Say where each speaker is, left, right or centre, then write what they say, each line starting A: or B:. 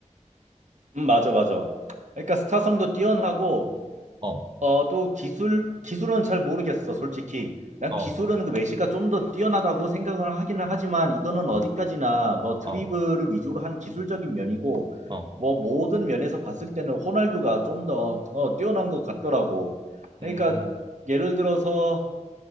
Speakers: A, on the right (about 70°); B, on the right (about 40°).
A: 음, 맞아, 맞아. 그러니까 스타성도 뛰어나고
B: 어,
A: 어, 또 기술, 기술은 잘 모르겠어, 솔직히. 난
B: 어,
A: 기술은 그 메시가 좀 더 뛰어나다고 생각을 하기는 하지만 이거는 어디까지나
B: 어,
A: 뭐 드리블을
B: 어,
A: 위주로 한 기술적인 면이고
B: 어,
A: 뭐 모든 면에서 봤을 때는 호날두가 좀더 어, 뛰어난 것 같더라고. 그러니까
B: 음,
A: 예를 들어서